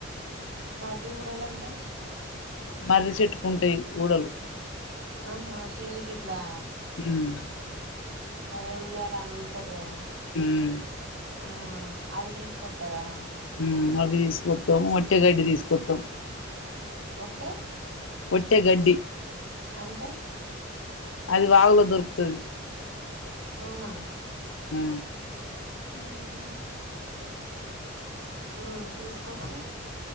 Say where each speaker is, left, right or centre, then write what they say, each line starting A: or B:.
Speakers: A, on the right; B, on the left.
A: మర్రి ఊడలంటే
B: మర్రి చెట్టుకు ఉంటయి ఊడలు
A: ఆహా కిందికిట్లా
B: హమ్
A: అరే ఉయ్యాలను తరు కదా
B: ఉమ్
A: ఆ అవి తీసుకొత్తరా
B: హమ్ అవి తీసుకొత్తం ఒట్టే గడ్డి తీసుకొత్తం
A: ఒట్టే
B: ఒట్టే గడ్డి
A: అంటే
B: అది వాగులో దొరుకుతది
A: అవునా
B: ఆ
A: ఉమ్ హు హమ్ తీసుకచ్చి